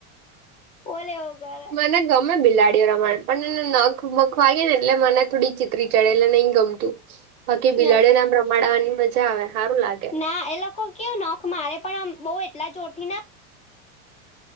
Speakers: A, on the left (about 15°); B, on the right (about 80°).
A: ઓલેવગ <unintelligible>
B: મને ગમે બિલાડીઓ રમાણ પણ એને નખ મખ વાગે ને એટલે મને થોડી ચિત્રી ચડેલે નઈ ગમતી. બાકી બિલાડી
A: ના
B: ને આમ રમાડવાની મજા આવે સારું લાગે.
A: ના એ લોકો કેવું નખ મારે પણ આમ બઉ એટલા જોરથી ના